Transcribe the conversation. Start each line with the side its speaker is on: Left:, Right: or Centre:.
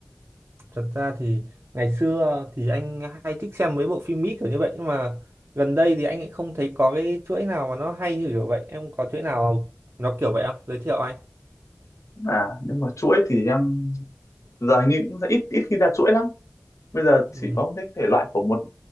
Right: Thật ra thì ngày xưa thì anh hay thích xem mấy bộ phim Mỹ kiểu như vậy nhưng mà gần đây thì anh lại không thấy có cái chuỗi nào mà nó hay như kiểu vậy. Em có chuỗi nào nó kiểu vậy không? Giới thiệu anh.
Left: à nhưng mà chuỗi thì em giờ hình như cũng ít ít khi ra chuỗi lắm bây giờ chỉ
Right: Ừ.
Left: có cái thể loại của một